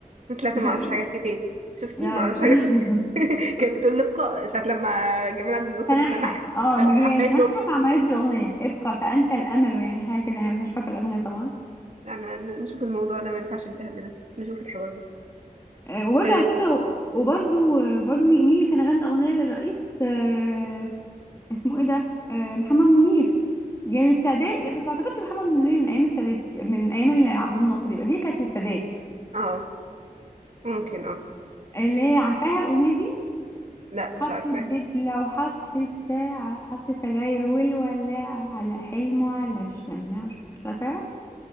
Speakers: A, on the right; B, on the left.
A: طلعت
B: مش
A: ما
B: عارفة
A: اعرفش حاجات كتير شفتي
B: لا
A: ما اعرفش
B: <laughs>
A: حاجات كتير <laughs> كانت بتقول لبقى ساعة لما جمال عبد الناصر
B: تنحى
A: تنح
B: اه مجيه
A: قالت
B: تنحى
A: له
B: فعملت له اغنيه ابقى فانت الامل يعني حاجه كده يعني بس مش فاكره الاغنيه طبعا
A: انا نشوف الموضوع ده ما ينفعش الجهل ده نشوف الحوار ده
B: آه، وبرضه
A: اه
B: على فكره وبرضه برضه مين مين اللي كان غنى اغنيه للرئيس آه، اسمه ايه ده آه، محمد منير يعني للسادات لا، بس ما اعتقدش محمد منير من ايام السادات من ايام اللي عبد الناصر يبقى دي كانت للسادات
A: آه، ممكن اه
B: اللي هي عارفاها الاغنيه دي
A: لا
B: حط
A: مش عارفة
B: الدبلة وحط الساعة حط سجاير والولاعة على حلمه على الشماعة مش عارفة